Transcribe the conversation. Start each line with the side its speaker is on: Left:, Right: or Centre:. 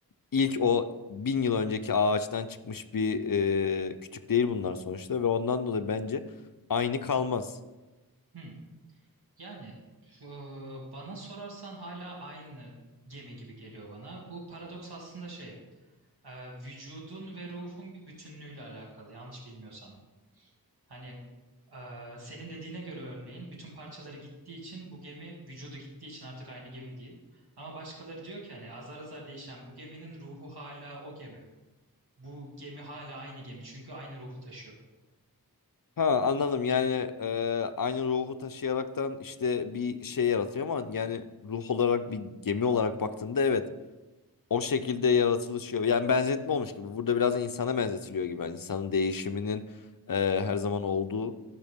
Left: ilk o bin yıl önceki ağaçtan çıkmış bir e, kütük değil bunlar sonuçta ve ondan dolayı bence aynı kalmaz.
Right: Hı. Yani e, bana sorarsan hala aynı gemi gibi geliyor bana. Bu paradoks aslında şey, e, vücudun ve ruhun bir bütünlüğüyle alakalı yanlış bilmiyorsam. Hani e, senin dediğine göre örneğin bütün parçaları gittiği için bu gemi vücudu gittiği için artık aynı gemi değil. Ama başkaları diyor ki hani azar azar değişen bu geminin ruhu hala o gemi. Bu gemi hala aynı gemi çünkü aynı ruhu taşıyor.
Left: Ha anladım yani e, aynı ruhu taşıyaraktan işte bir şey yaratıyor ama yani ruh olarak bir gemi olarak baktığında evet o şekilde yaratılışıyor. Yani benzetme olmuş gibi burada biraz da insana benzetiliyor gibi yani insanın değişiminin e, her zaman olduğu